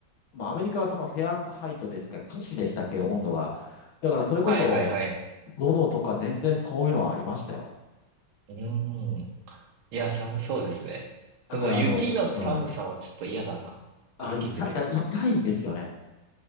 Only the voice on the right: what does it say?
はいはいはい。
うーん。いや、寒そうですね。その雪の寒さはちょっと嫌だな。
歩きづらいし。